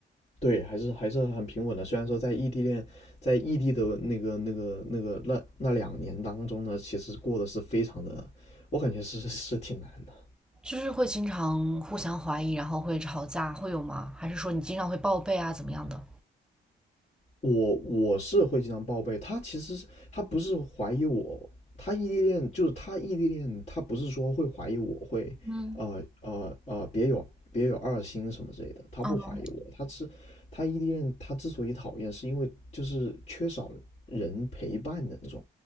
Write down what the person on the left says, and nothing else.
对，还是还是很平稳的。虽然说在异地恋，在异地的那个那个那个那那两年当中呢，其实过得是非常的，我感觉是是挺难的。
我我是会经常报备，他其实他不是怀疑我，他异地恋就是他异地恋，他不是说会怀疑我会，
呃呃呃，别有别有二心什么之类的，他不怀疑我，
他是他异地恋，他之所以讨厌，是因为就是缺少人陪伴的那种